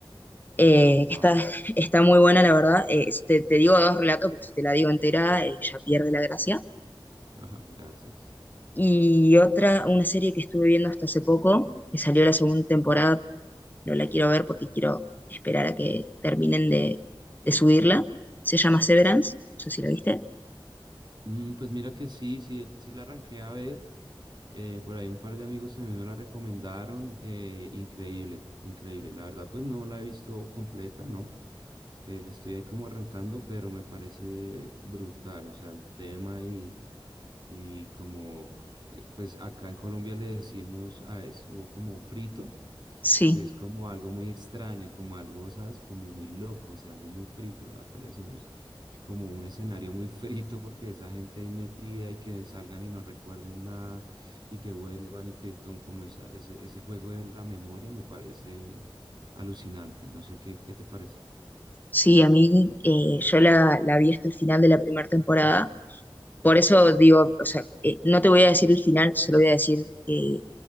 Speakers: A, on the left (about 20°); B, on the right (about 55°).
A: Eh,
B: Wow,
A: está, <laughs> está muy buena, la verdad. Eh, te, te digo dos relatos, porque si te la digo entera, eh, ya pierde la gracia.
B: <laughs> gracias.
A: Y otra, una serie que estuve viendo hasta hace poco, que salió la segunda temporada, no la quiero ver porque quiero esperar a que terminen de, de subirla. Se llama Severance, no sé si la viste.
B: Mm, pues mira que sí, sí, sí la arranqué a ver. Eh, por ahí un par de amigos también me la recomendaron. eh, increíble, increíble. La verdad, pues no la he visto completa, ¿no? Eh, estoy ahí como arrancando, pero me parece brutal. O sea, el tema y, y como, eh, pues acá en Colombia le decimos a eso como frito
A: Sí,
B: que es como algo muy extraño, como algo, ¿sabes? Como muy loco, o sea, algo muy frito. ¿no? Acá le decimos como un escenario muy <laughs> frito porque esa gente ahí metida y que salgan y no recuerden nada y que vuelvan y que tomen como esa, ese, ese juego de la memoria me parece alucinante. No sé qué, qué te parece.
A: sí, a mí eh, yo la, la vi hasta el final de la primera temporada. Por eso digo, o sea, eh, no te voy a decir el final, solo voy a decir que